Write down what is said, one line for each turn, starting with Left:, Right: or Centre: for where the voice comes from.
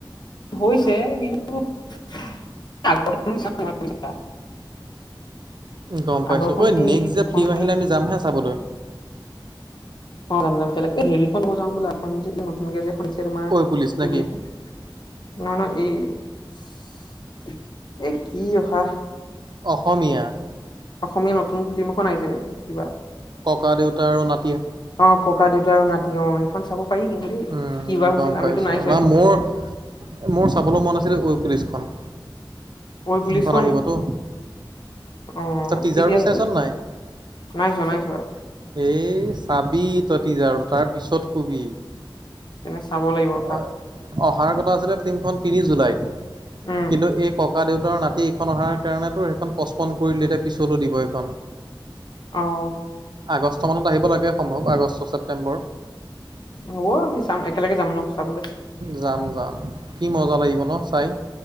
Left: হৈছে কিন্তু <unintelligible>
Right: গম পাইছো।
Left: আগৰখন
Right: ঐ নেক্স
Left: যোনখন
Right: যে ফিল্ম আহিলে আমি যামহা চাবলৈ।
Left: অ', যাম যাম হেৰিখন বজাও বোলা এখন যে নতুনকে যে শুনিছে তোমাৰ
Right: ঐ পুলিচ নে
Left: কি বুলি কয় নহ ন এই-এই কি ৰখা।
Right: অসমীয়া
Left: অসমীয়া নতুন ফিল্ম এখন আহিছে কিবা?
Right: ককা দেউতা আৰু না
Left: অ', ককা দেউা আৰু নাতি অ', এইখন চাব পাৰি কিন্তু দেই
Right: উম,
Left: কিবা হৈছিল
Right: গম
Left: আমিতো
Right: পাইছো
Left: নাই চোৱা
Right: না
Left: এইখন
Right: মোৰ মোৰ চাবলৈ মন আছিলে। পুলিচখন
Left: ঐ পুলিচখন
Right: সেইখন আহিবতো
Left: অ'
Right: তই টিজাৰটো
Left: কেতিয়া আহিব
Right: চাইছ নে নাই
Left: নাইচোৱা, নাইচোৱা।
Right: এ চাবি তইতিজ আৰু তাৰ পিছত কবি
Left: তেনে চাব লাগিব ৰখা
Right: অ- অহাৰ কথা আছিলে তিনখন তিনি জুলাইত
Left: উম
Right: কিন্তু এই ক ককা দেউতাৰ নাতি এইখন অহাৰ কাৰণেতো সেইখন পচপন কৰিল এতিয়া পিছলৈ দিব এইখন।
Left: অ'
Right: আগষ্ট মানত আহিব লাগে, সম্ভৱ আগষ্ট ছেপ্টেম্বৰ।
Left: হ'ব আমি চাম একেলগে যাম ন চাবলৈ।
Right: যাম, যাম কি মজা লাগিব ন চাই।